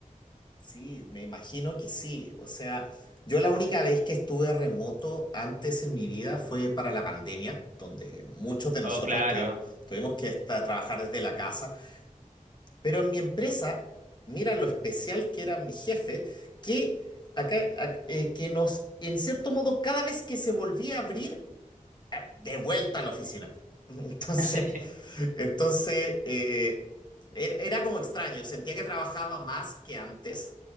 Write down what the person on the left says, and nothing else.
Sí, me imagino que sí. O sea, yo la única vez que estuve remoto antes en mi vida fue para la pandemia, donde muchos de nosotros
tuvimos, tuvimos que estar, trabajar desde la casa. Pero en mi empresa, mira lo especial que era mi jefe, que acá, ac- eh, que nos, en cierto modo, cada vez que se volvía a abrir, eh, de vuelta a la oficina. <laughs> Entonces,
entonces eh, era era como extraño, sentía que trabajaba más que antes